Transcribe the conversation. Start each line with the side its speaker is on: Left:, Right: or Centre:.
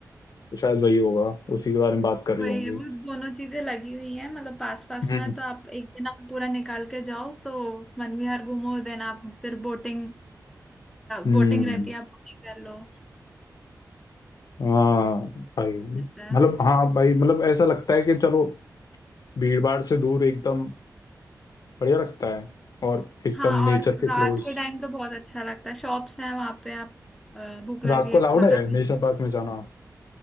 Left: तो शायद वही होगा उसी के बारे में बात कर रही
Centre: वही
Left: होंगी
Centre: है वो दोनों चीजें लगी हुई हैं मतलब पास पास
Left: हम्म
Centre: में है तो आप एक दिन आप पूरा निकाल के जाओ तो वनविहार घूमो देन आप फिर बोटिंग
Left: हम्म
Centre: बोटिंग रहती है आप बोटिंग कर लो
Left: हाँ भाई
Centre: रहता है
Left: मतलब हाँ भाई मतलब ऐसा लगता है कि चलो भीड़ भाड़ से दूर एकदम बढ़िया लगता है और एकदम
Centre: हाँ और
Left: नेचर के
Centre: रात
Left: क्लोज
Centre: के टाइम तो बहुत अच्छा लगता है शॉप्स हैं वहां पे आप अ, भूख लग
Left: रात
Centre: रही
Left: को
Centre: है
Left: अलाउड
Centre: खाना
Left: है
Centre: खा
Left: नेशनल
Centre: लो
Left: पार्क में जाना